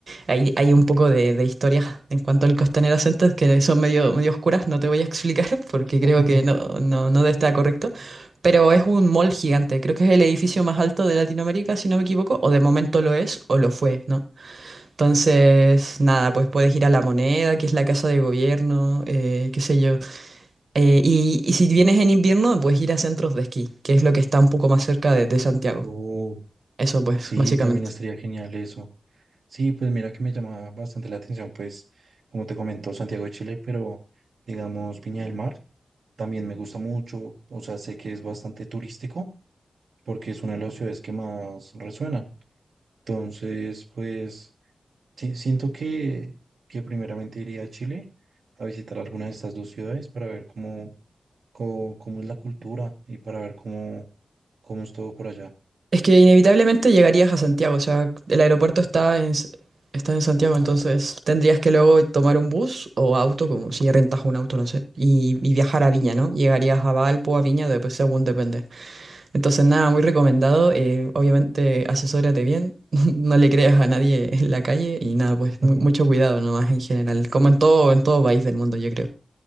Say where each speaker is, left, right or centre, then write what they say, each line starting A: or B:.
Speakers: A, on the right; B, on the right.
A: Hay, hay un poco de, de historias en cuanto al Costanera Center que son medio, medio oscuras, no te voy a explicar <laughs> porque
B: <laughs>
A: creo que no, no, no está correcto, pero es un mall gigante, creo que es el edificio más alto de Latinoamérica, si no me equivoco, o de momento lo es o lo fue, ¿no? Entonces, nada, pues puedes ir a La Moneda, que es la casa de gobierno, eh, qué sé yo. Eh, y, y si vienes en invierno, puedes ir a centros de esquí, que es lo que está un poco más cerca de de Santiago.
B: Oh,
A: Eso pues,
B: sí,
A: básicamente.
B: también estaría genial eso. Sí, pues mira que me llama bastante la atención, pues como te comentó Santiago de Chile, pero digamos Viña del Mar también me gusta mucho, o sea, sé que es bastante turístico porque es una de las ciudades que más resuena. Entonces, pues sí, siento que, que primeramente iría a Chile a visitar alguna de estas dos ciudades para ver cómo cómo, cómo es la cultura y para ver cómo, cómo es todo por allá.
A: Es que inevitablemente llegarías a Santiago, o sea, el aeropuerto está en, S- está en Santiago, entonces tendrías que luego tomar un bus o auto, como si rentas un auto, no sé, y, y viajar a Viña, ¿no? Llegarías a Valpo, a Viña, después según depende. Entonces, nada, muy recomendado, eh, obviamente asesórate bien, <laughs> no le creas a nadie en la calle y nada, pues
B: <laughs>
A: mu- mucho cuidado nomás en general, como en todo, en todo país del mundo, yo creo.